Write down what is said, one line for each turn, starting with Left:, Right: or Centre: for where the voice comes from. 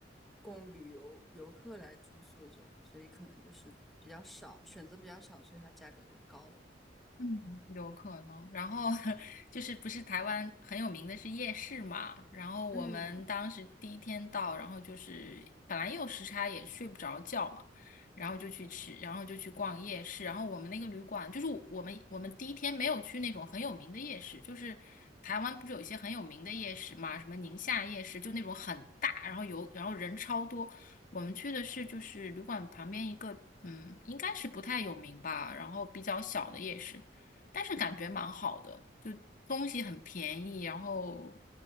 Centre: 供旅游游客来住宿这种，所以可能就是比较少，选择比较少，所以它价格就高了吧。
Left: 嗯，有可能。然后 <laughs> 就是不是台湾很有名的是夜市嘛？然后我们当时第一天到，
Centre: 嗯，
Left: 然后就是本来也有时差，也睡不着觉嘛，然后就去吃，然后就去逛夜市。然后我们那个旅馆，就是我我们我们第一天没有去那种很有名的夜市，就是台湾不是有一些很有名的夜市嘛，什么宁夏夜市，就那种很大，然后有然后人超多。我们去的是就是旅馆旁边一个，嗯，应该是不太有名吧，然后比较小的夜市。但是感觉蛮好的，就东西很便宜，然后，